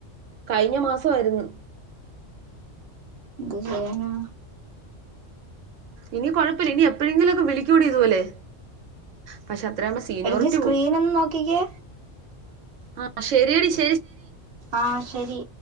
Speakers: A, on the right; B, on the right.
A: കഴിഞ്ഞ മാസ വായിരുന്ന്
B: ന്തു ചെയ്യാനാ
A: ഇനി കുഴപ്പ ഇല്ല. ഇനി എപ്പഴെങ്കിലു ഒക്കെ വിളിക്കോടി ഇതു പോലെ പക്ഷെ അത്രയാകുമ്പോ സീനിയോറിറ്റി
B: എടക്കീ സ്ക്രീൻ
A: പോവും
B: ഒന്നും നോക്കിക്കേ
A: ആഹ് ശരിയെടി
B: ആഹ ശരി